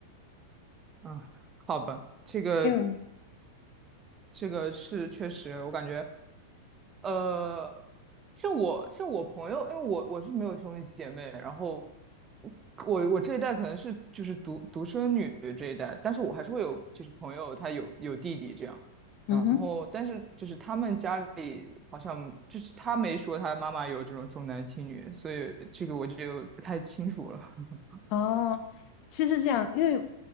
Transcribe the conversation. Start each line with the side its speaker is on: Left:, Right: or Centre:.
Right: 啊，好吧，这个
Left: 嗯
Right: 这个是确实，我感觉呃，像我像我朋友，因为我我是没有兄弟姐妹，然后我我这一代可能是就是独独生女这一代，但是我还是会有就是朋友他有有弟弟这样，
Left: 嗯哼。
Right: 然后但是就是他们家里好像就是他没说他妈妈有这种重男轻女，所以这个我就不太清楚了。<laughs>
Left: 哦，其实是这样，因为